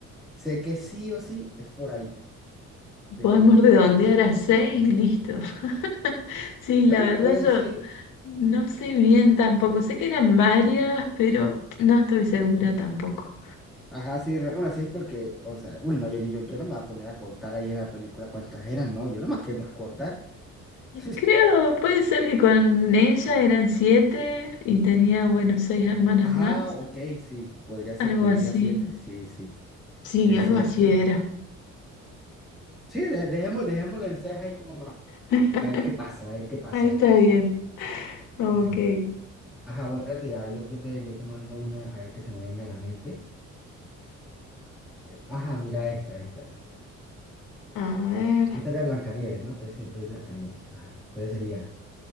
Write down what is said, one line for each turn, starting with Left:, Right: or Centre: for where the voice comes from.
Centre: sé que sí o sí es por ahí. Pero,
Left: Podemos redondear
Centre: uy,
Left: a seis y listo. <laughs> Sí,
Centre: bueno,
Left: la verdad
Centre: pues
Left: yo
Centre: sí,
Left: no sé bien tampoco, sé que eran varias, pero no estoy segura tampoco.
Centre: Ajá, sí, Ramón, las seis porque, o sea, uy, no, yo, yo, yo yo no me voy a poner a contar ahí en la película cuántas eran, no, yo nomás que me acordar. <laughs>
Left: Creo, puede ser que con ella eran siete y tenía, bueno, seis hermanas
Centre: Ajá,
Left: más,
Centre: ok, sí, podría ser
Left: algo
Centre: con
Left: así.
Centre: ella siete, sí, sí,
Left: Sí,
Centre: es
Left: algo
Centre: cierto.
Left: así era.
Centre: Sí, de- dejémoslo, dejémoslo en seis ahí como para,
Left: <laughs>
Centre: a ver qué pasa, a ver qué pasa
Left: Ahí está
Centre: de cosas.
Left: bien. Ok.
Centre: Ajá, Ajá, bueno, espérate, ya, yo, yo te, yo te mando una, a ver que se me venga a la mente. Ajá, mira esta, esta, esta.
Left: A ver.
Centre: Esta era de Blancanieves, ¿no? Es, es de Blancanieves, ajá. Entonces sería...